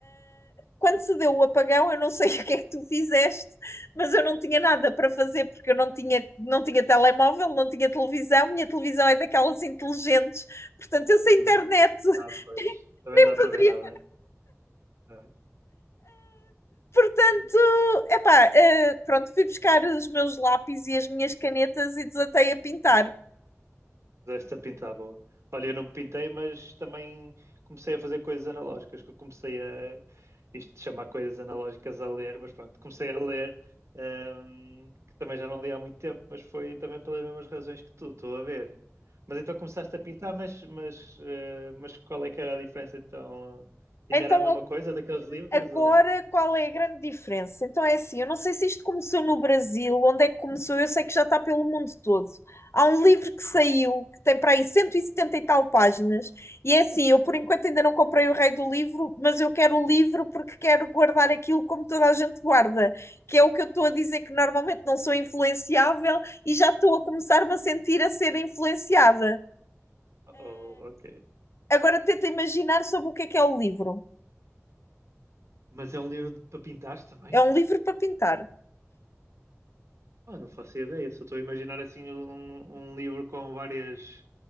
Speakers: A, on the left (about 55°); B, on the right (about 60°).
A: Quando se deu o apagão, eu não sei <laughs> o que é que tu fizeste, mas eu não tinha nada para fazer porque eu não tinha, não tinha telemóvel, não tinha televisão, minha televisão é daquelas inteligentes, portanto eu sem
B: Uhum.
A: internet
B: Ah, pois.
A: <laughs>
B: Também
A: nem
B: não dá
A: poderia
B: para ver nada, né? É.
A: Portanto, epá, eh, pronto, fui buscar os meus lápis e as minhas canetas e desatei a pintar.
B: Esta pintar boa. Olha, eu não pintei, mas também comecei a fazer coisas analógicas, que eu comecei a isto de chamar coisas analógicas a ler, mas pronto, comecei a ler, hum, que também já não li há muito tempo, mas foi também pelas mesmas razões que tu, estou a ver. Mas então começaste a pintar, mas, mas, eh, mas qual é que era a diferença então? Ainda
A: Então
B: era a mesma coisa daqueles livros
A: Agora,
B: ou,
A: qual é a grande diferença? Então é assim, eu não sei se isto começou no Brasil, onde é que começou, eu sei que já está pelo mundo todo. Há um livro que saiu, que tem para aí 170 e setenta e tal páginas, e é assim, eu por enquanto ainda não comprei o rei do livro, mas eu quero o livro porque quero guardar aquilo como toda a gente guarda, que é o que eu estou a dizer que normalmente não sou influenciável e já estou a começar-me a sentir a ser influenciada.
B: ou ok.
A: Agora tenta imaginar sobre o que é que é o livro.
B: Mas é um livro de- para pintar também?
A: É um livro para pintar.
B: Ah, não faço ideia, só estou a imaginar assim um, um livro com várias,